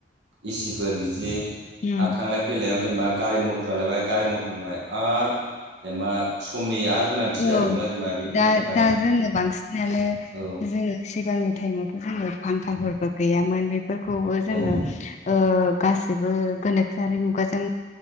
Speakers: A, on the right; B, on the left.
A: एसिफोर बिदि
B: उम
A: आरो थांलाय फैलायाव। जेनेबा गारि मथर सालायबाय गारि मथर निफ्राय आरो जेनेबा। समनि आरो गोनांथि
B: औ
A: जाबावोब्ला जेनेबा बेफोरनि
B: दा
A: थाखाय
B: दा जोंनो बांसिनानो
A: औ
B: जोङो सिगांनि। टाइमावथ' जोङो फांखाफोरबो गैयामोन बेफोरखौबो
A: औ
B: जोङो ओ। गासिबो गोनो। जारि मुगाजों